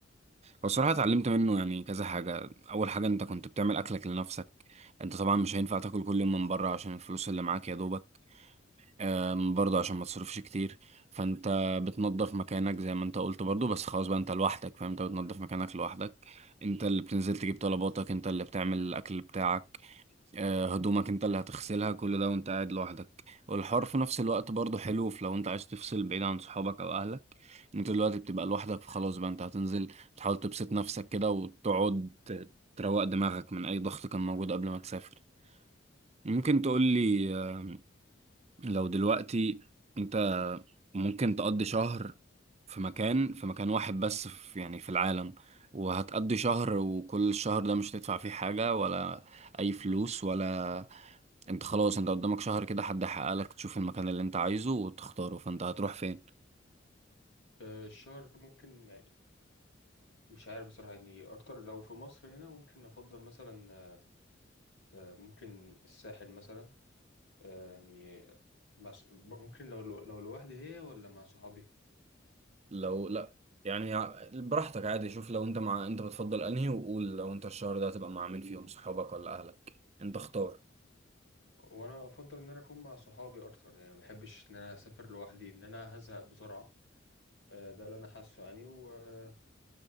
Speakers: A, on the right; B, on the left.
A: بصراحة اتعلمت منه يعني كذا حاجة أول حاجة أنت كنت بتعمل أكلك لنفسك أنت طبعا مش هينفع تاكل كل يوم من بره عشان الفلوس اللي معاك يا دوبك آم، برضه عشان ما تصرفش كتير فأنت بتنظف مكانك زي ما أنت قلت برضه بس خلاص بقى أنت لوحدك فأنت بتنظف مكانك لوحدك أنت اللي بتنزل تجيب طلباتك أنت اللي بتعمل الأكل بتاعك آه، هدومك انت اللي هتغسلها كل ده وانت قاعد لوحدك والحوار في نفس الوقت برضه حلو في لو انت عايز تفصل بعيد عن صحابك او اهلك انت دلوقتي بتبقى لوحدك فخلاص بقى انت هتنزل تحاول تبسط نفسك كده وتقعد ت- تروق دماغك من اي ضغط كان موجود قبل ما تسافر ممكن تقول لي آه، لو دلوقتي انت ممكن تقضي شهر في مكان في مكان واحد بس في يعني في العالم وهتقضي شهر وكل الشهر ده مش هتدفع فيه حاجة ولا أي فلوس ولا انت خلاص انت قدامك شهر كده حد يحقق لك تشوف المكان اللي انت عايزه وتختاره فانت هتروح فين
B: آه، الشهر ممكن يعني مش عارف بصراحة يعني أكتر لو في مصر هنا ممكن أفضل مثلا آه، آه، ممكن الساحل مثلا آه، يعني مع ص- ب- ممكن لو لو لو لوحدي هي ولا مع صحابي
A: لو لا يعني ع- براحتك عادي شوف لو انت مع انت بتفضل انهي وقول لو انت الشهر ده هتبقى مع مين فيهم صحابك ولا اهلك انت اختار
B: وانا افضل ان انا اكون مع صحابي اكتر يعني ما بحبش ان انا اسافر لوحدي ان انا هزهق بسرعه آه، ده اللي انا حاسه يعني وممكن